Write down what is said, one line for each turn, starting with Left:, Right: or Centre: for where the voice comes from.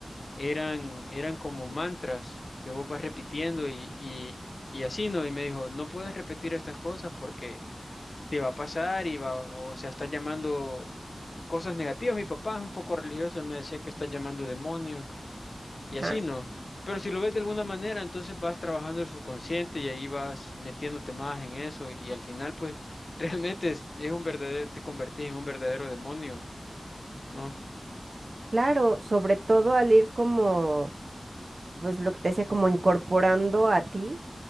Left: eran, eran como mantras que vos vas repitiendo y, y, y así, ¿no? Y me dijo, no puedes repetir estas cosas porque te va a pasar y va, o sea, estás llamando cosas negativas. Mi papá es un poco religioso, él me decía que estás llamando demonios y así,
Right: ajá.
Left: ¿no? Pero si lo ves de alguna manera, entonces vas trabajando el subconsciente y ahí vas metiéndote más en eso y, al final, pues, <laughs> realmente es, es un verdadero, te convertís en un verdadero demonio, ¿no?
Right: Claro, sobre todo al ir como, pues lo que te decía, como incorporando a ti